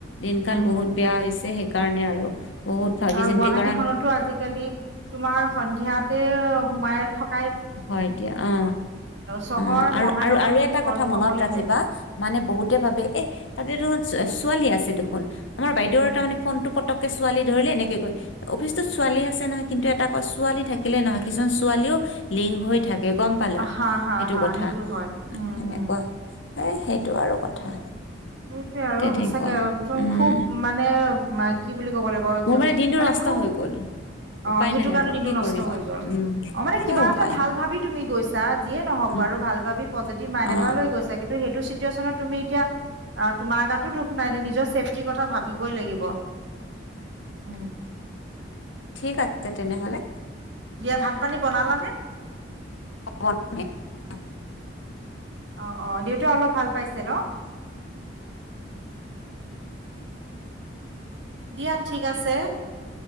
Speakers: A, on the left; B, on the right.
A: দিনকাল
B: উম
A: বহুত বেয়া হৈছে সেইকাৰণে আৰু বহুত ভাবি
B: আৰু
A: চিন্তি
B: গুৱাহাটী
A: কাৰণ
B: খনতো আজিকালি তোমাৰ সন্ধিয়াতে সোমাই থকা।
A: হয় দিয়া অ
B: চহৰ
A: অ আৰু
B: মহানগৰী
A: আৰু আৰু
B: বুলি
A: এটা
B: ক
A: কথা মনত
B: কবলেহে
A: ৰাখিবা। মানে বহুতে ভাবে এ তাতে দেখোন ছোৱালী আছে দেখোন আমাৰ বাইদেউৰ
B: উম
A: তাৰমানে ফোনটো পট ছোৱালী ধৰিলে এনেকে কৈ অফিচটোত ছোৱালী আছে নহয় কিন্তু এটা কয় ছোৱালী থাকিলে নহয় কিছুমান ছোৱালীও। লিংক হৈ থাকে গম পালা
B: হা হা
A: সেইটো
B: হা
A: কথা
B: হয় উম
A: সেনেকুৱা
B: হম
A: এ সেইটো আৰু কথা।
B: সেইটোয়ে আৰু
A: তেনেকুৱা
B: সঁচাকে
A: উম
B: খুব মানে। কি বুলি ক'ব লাগিব
A: মোৰ দিনটো
B: মানে
A: নষ্ট
B: খুব।
A: হৈ গ'ল
B: অ
A: উপায়
B: সেইটো
A: নাই
B: কাৰণে
A: আৰু
B: দিনটো
A: কি
B: নষ্ট
A: কৰিবা
B: হৈ গল
A: উম
B: অ মানে কিবা
A: এ উপায়
B: এটা ভাল
A: নাই
B: ভাবি তুমি গৈছা যিয়ে নহওঁক
A: উম,
B: বাৰু ভাল ভাবি পজিতিভ মাইন্দ
A: অ
B: এটা লৈ গৈছা কিন্তু সেইটো চিটুৱেচন তুমি এতিয়া অ তোমাৰ গাতো দুখ নাই নিজৰ ছেফটিৰ কথা ভাবিবই লাগিব। উম।
A: ঠিক আছে তেনেহ'লে।
B: দিয়া ভাত পানী বনালানে।
A: বনে <unintelligible>
B: অ অ দেউতাই অলপ ভাল পাইছে ন।
A: <inaudible>
B: দিয়া ঠিক আছে